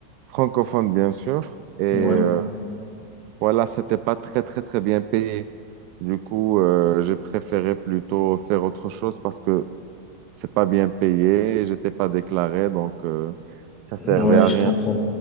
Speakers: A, on the right; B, on the left.
A: francophone bien sûr. Et euh,
B: Ouais.
A: voilà, c'était pas très, très, très bien payé. Du coup, euh, j'ai préféré plutôt faire autre chose parce que c'est pas bien payé, j'étais pas déclaré, donc euh, ça
B: Ouais,
A: servait à
B: je
A: rien.
B: comprends.